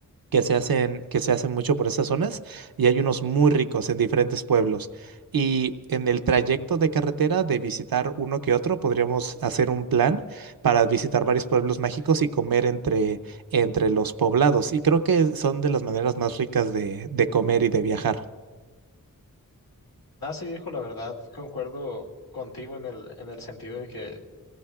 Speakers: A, on the right (about 80°); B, on the left (about 80°).
A: que se hacen, que se hacen mucho por esas zonas y hay unos muy ricos en diferentes pueblos. Y en el trayecto de carretera de visitar uno que otro, podríamos hacer un plan para visitar varios pueblos mágicos y comer entre, entre los poblados. Y creo que son de las maneras más ricas de, de comer y de viajar.
B: Nada, sí, viejo, la verdad, concuerdo contigo en el, en el sentido de que,